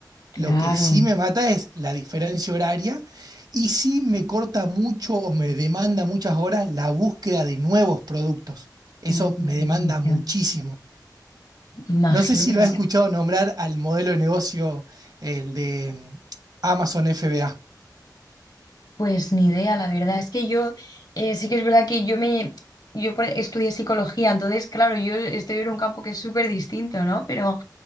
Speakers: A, on the left (about 65°); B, on the right (about 65°).
A: claro.
B: Lo que sí me mata es la diferencia horaria y sí me corta mucho o me demanda muchas horas la búsqueda de nuevos productos. Eso
A: Mm,
B: me demanda muchísimo.
A: ya. Imagino.
B: No sé si lo has escuchado nombrar al modelo de negocio, el de mm, Amazon FBA.
A: Pues ni idea, la verdad. Es que yo, eh, sí que es verdad que yo me, yo por- estudié psicología, entonces, claro, yo estoy en un campo que es súper distinto, ¿no? Pero